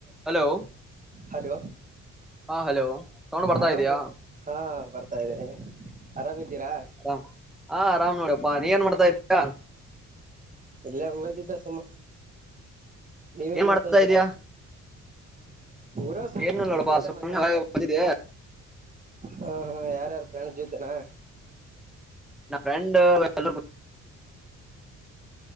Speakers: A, in the centre; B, on the right.
A: Hello
B: hello
A: ಹಾ hello ತಗೊಂಡ್ ಬರ್ತಾ
B: ಆರಾಮ್
A: ಇದಯಾ
B: ಬೈ ಹಾ ಬರ್ತಾ ಇದೆ ಆರಾಮಿದ್ದೀರಾ
A: ರಾಮ್ ಹಾ ಆರಾಮ್ ನೋಡಪ್ಪಾ ನೀ ಏನ್ ಮಾಡ್ತಾ ಇದ್ದೀಯ
B: ಇಲ್ಲೇ ಹೂಾಗಿದ್ದ ಸುಮ ನೀವೇನ್
A: ಏನ್
B: ಮಾಡ್ತಾ ಇದ್ದೀರಾ
A: ಇದಯಾ
B: ಊರ ಸುಮ್
A: ಏನ
B: ಕುಂತತಿದ್ದೆ
A: ನೋಡಪ್ಪಾ
B: ಅಲ್ಲ
A: ಸುಮ್ನೆ
B: ಮನ ಒಳಗ
A: ಹಾಗೆ ಬಂದಿದ್ದೆ
B: ಹಾ ಹಾ ಯಾರ್ಯಾರು ಫ್ರೆಂಡ್ ಜ್ಯೋತನಾ
A: ನ ಫ್ರೆಂಡ ಎಲ್ಲ